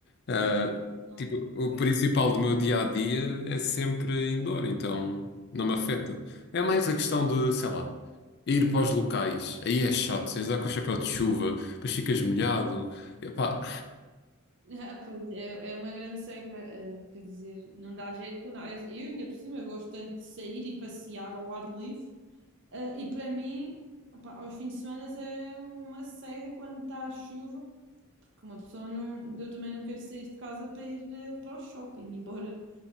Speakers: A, on the left; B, on the right.
A: Ah,
B: Ah,
A: tipo, o
B: ok.
A: principal do meu dia a dia é sempre indoor, então não me afeta. É mais a questão de, sei lá, ir para os locais. Aí é chato, tens de andar com o chapéu de chuva, depois ficas molhado. Epá.
B: <laughs> Ah, pois, é, é uma grande seca, eh, quer dizer, não dá jeito com nada. Eu, eu, ainda por cima, eu gosto tanto de sair e passear ao ar livre, eh, e para mim, opá, aos fins de semana é uma seca quando está a chuva, porque uma pessoa não, eu também não quero sair de casa para ir eh, para o shopping, embora